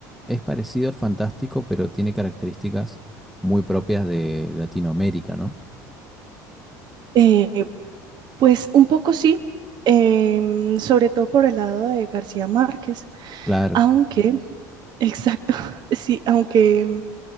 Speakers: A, in the centre; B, on the right (about 50°).
A: es parecido al fantástico, pero tiene características muy propias de Latinoamérica, ¿no?
B: Eh, pues un poco sí, em, sobre todo por el lado de García Márquez,
A: Claro.
B: aunque, exacto, <laughs> sí, aunque